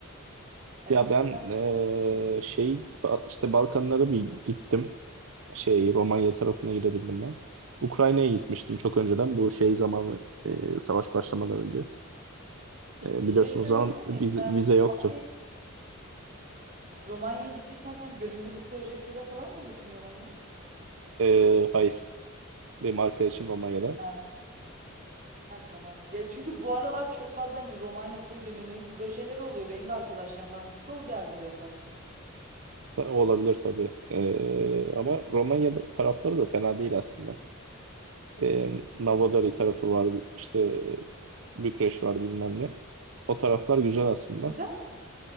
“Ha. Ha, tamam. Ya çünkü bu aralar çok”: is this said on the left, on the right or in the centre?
Right